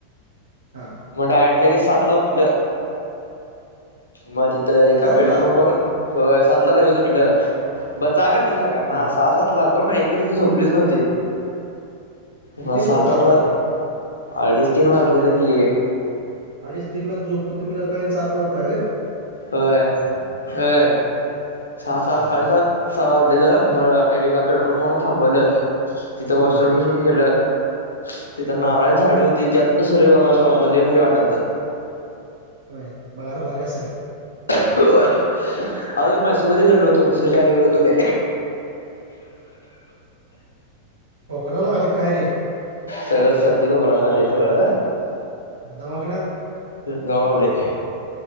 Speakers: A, on the right; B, on the left.
A: हां
B: म डायरेक्ट लगेच सातला उठलं मग तिथं एका
A: सातला
B: पेट्रोल पंपावर होय सात ला लगेच उटलं ब जाग आली हो सगळ्यांना
A: हा
B: सहा सात ला कोण नाही एकत्र तर झोपलीच नव्हतीत
A: कितीला
B: म
A: झोपला
B: सहा सातला
A: तर रात्री
B: अडीज तीन वाजलेलं की
A: आडीच तीनला झोपून तुम्ही सकाळी सातला उठलाय व्हय
B: व्हय व्हयं, सहा, सात
A: हा हा
B: साडे सात
A: हा
B: वाजलेलं म मी एका पेट्रोल पंपावर थांबवलं, तिथं
A: हम्म
B: वॉशरूम विशरूम केलं तिथ
A: हा
B: नारळाची झाड होती, त्यातन सूर्यप्रकाश पडलता लई भारी वाटालतं
A: व्हय बघाला भारी असल?
B: होय, आम्ही मैसूर मध्ये गेलो नव्हतो, मैसूरच्याअलीकड होतो लई
A: खोखला लागलायं काय रे
B: सगळं सर्दी खोकला झालाय सगळं
A: दवाखान्यात?
B: जाऊन आलोय